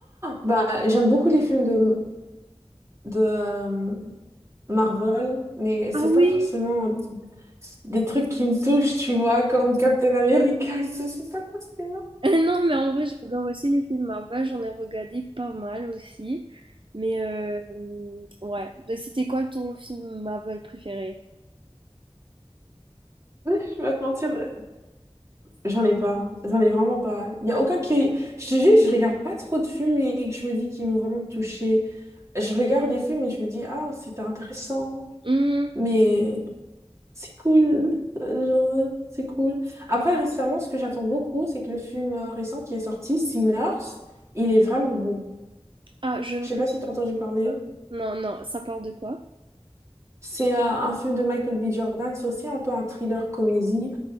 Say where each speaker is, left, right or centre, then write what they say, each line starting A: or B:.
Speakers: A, on the right (about 25°); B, on the right (about 55°).
A: Bah, j'aime beaucoup les films de, de euh, Marvel, mais c'est
B: Ah
A: pas
B: oui!
A: forcément des trucs qui me touchent, tu vois, comme Captain America et tout. C'est pas forcément.
B: <laughs> Non, mais en vrai j'adore aussi les films Marvel, j'en ai regardé pas mal aussi. Mais euh, ouais, c'était quoi ton film Marvel préféré?
A: <laughs> Je vais pas te mentir, euh, j'en ai pas. J'en ai vraiment pas. Il y a aucun qui. Je te jure, je regarde pas trop de films et que je me dis qu'ils m'ont vraiment touchée. Je regarde des films et je me dis, ah, c'était intéressant.
B: Hmm,
A: Mais. C'est cool. Euh, Genre, euh, c'est cool. Après, récemment, ce que j'attends beaucoup, c'est que le film euh, récent qui est sorti, Sinners, il est vraiment bon.
B: Ah, je ne
A: Je sais
B: connais
A: pas si t'as entendu parler.
B: pas. Non, non, ça part de quoi?
A: C'est euh, un film de Michael B. Jordan, c'est aussi un peu un thriller comédie.